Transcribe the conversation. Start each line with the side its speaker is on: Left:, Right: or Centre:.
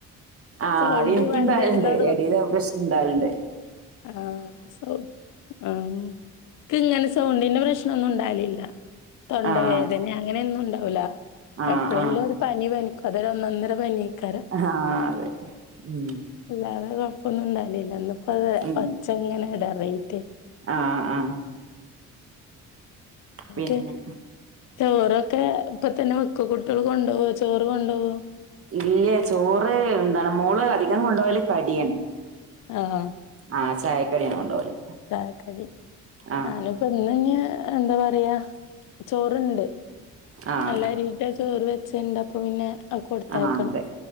Right: ആ
Left: സൗണ്ട്
Right: എനിക്കുണ്ടാൽണ്ട്
Left: പണി തരുന്നാ
Right: എടീല് പ്രശ്നം ണ്ടാവൽണ്ട്.
Left: ആആ ഹ്.. ക്ക് ങ്ങനെ സൗണ്ടിന്റെ പ്രശ്നോന്നും ഉണ്ടാകലില്ല തൊണ്ട
Right: ആഹ്
Left: വേദന അങ്ങനെന്നും ണ്ടാവൂല.
Right: ആഹ്
Left: എപ്പഴെലും
Right: ആഹ്
Left: ഒരു പനി പനിക്കും അതൊ ഒന്നൊന്നര പനി കാര
Right: ആഹ് അതെ ഉം
Left: ല്ലാതെ കൊയപ്പൊന്നുണ്ടാലി ല്ല ഇന്ന് പ്പൊ
Right: ഉം
Left: ഒച്ച ങ്ങനെടറീട്ടെ
Right: ആഹ് ആഹ് പിന്നെ
Left: <inaudible> ചോറൊക്കെ ഇപ്പ തന്നെ വെക്കു കുട്ടിള് കൊണ്ടോവോ ചോറ് കൊണ്ടുപോ
Right: ഇല്ല ചോറ് എന്താണ് മോള് അധികം കൊണ്ടവല് കടിയാ.
Left: ആഹ്.
Right: ആഹ് ചായക്കടിയ കൊണ്ടോവല്.
Left: ചായക്കടി
Right: ആഹ്
Left: നാലു ഇപ്പ ഇന്ന്ഞ്ഞ് എന്താ പറയാ ചോറ്ണ്ട്
Right: ആഹ്
Left: നല്ല രീന്റെ ചോറ് വെച്ച്ണ്ട് അപ്പോ പിന്നെ അത് കൊടുത്തയക്കണം.
Right: ആ അതെ